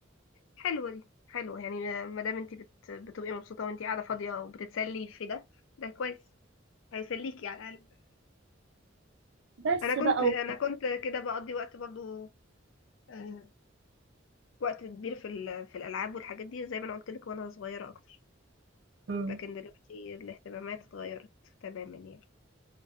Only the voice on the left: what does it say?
حلوه دي حلوه يعني ما دام انت بت... بتبقي مبسوطه وانت قاعده فاضيه وبتتسلي في ده ده كويس هيسليكي على الاقل
انا
كنت انا
كنت كده بقضي وقت برضو آه، وقت كبير في ال... في الالعاب والحاجات دي زي ما انا قلت لك وانا صغيره اكتر
لكن دلوقتي الاهتمامات اتغيرت تماما يعني